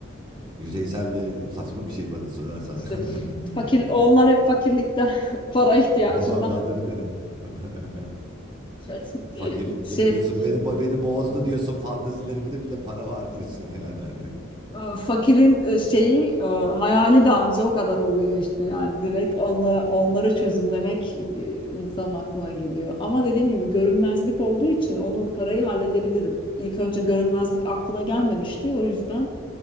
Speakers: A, on the right; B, on the left.
A: yüzeysel ve saçma bir şey bana sorarsan
B: işte
A: <laughs> yani anladın
B: fakir
A: mı? Hani,
B: onlar hep fakirlikten <laughs> para ihtiyacından
A: <laughs> Valla değil mi? <laughs>
B: <laughs>
A: Fakirlik
B: şey
A: diyorsun. Beni, beni bozdu diyorsun. Fantazilerimde bile para var diyorsun yani. Hani.
B: e, fakirin e, şeyi e, hayali de anca o kadar oluyor işte yani direkt onla, onları çözümlemek e, insanın aklına geliyor. Ama dediğim gibi görünmezlik olduğu için onu parayı halledebilirim. İlk önce görünmezlik aklıma gelmemişti o yüzden